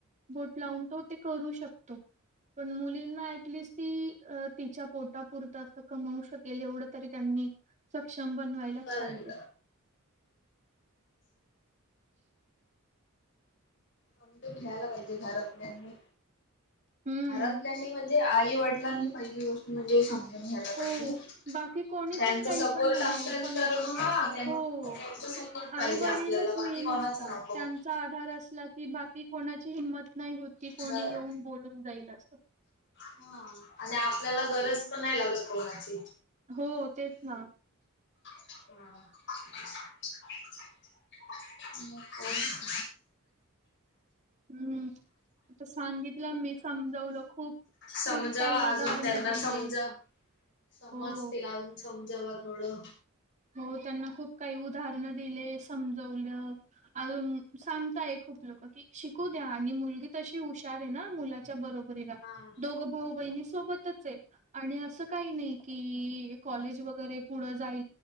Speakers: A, on the right; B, on the left.
A: बोट लावून तो ते करू शकतो. पण मुलींना ॲटलिस्ट ती तिच्या पोटा पुरतं असं कमवू शकेल एवढं तरी त्यांनी सक्षम बनवायलाच
B: करायलाच
A: पाहिजे.
B: समजून घ्यायला पाहिजे घरातल्यानी
A: हम्म.
B: घरातल्यांनी म्हणजे म्हण आई वडला आणि पहिली गष्ट म्हणजे हे समज घ्यायला
A: हो,
B: पाहिजे
A: बाकी कोणी
B: त्यांचा
A: पण काही
B: सपोर्ट
A: पण म्हणो,
B: असेल
A: पण
B: तर म
A: हो,
B: पाजे
A: आई-वडीलच
B: आपल्याला बाकी
A: मेन
B: कोणाच
A: असतात.
B: नको.
A: त्यांचा आधार असला बाकी की कोणाची हिंमत नाही होत की कोणी
B: हा
A: येऊन बोलून जाईल अस
B: हा आणि आपल्याला गरज पण नाही लागत कोणाची.
A: हो तेच ना.
B: <unintelligible> <unintelligible>
A: हम्म. आता सांगितलं मी समजवलं खूप
B: समजव
A: खूप काही
B: अजून
A: उदाहरणं
B: त्यांना
A: दिली.
B: समज समज
A: हो.
B: तिल समजावा थोडं
A: हो त्यांना खूप काही उदाहरण दिले समजवलं अजून सांगताय खूप शू द्या आणि मुलगी तशी हुशार आहे ना मु बरोब
B: हा.
A: दोघ भाऊ ब सोबत आहे आणि अस काही नाही कि कॉलेज वगरे पुढ जाय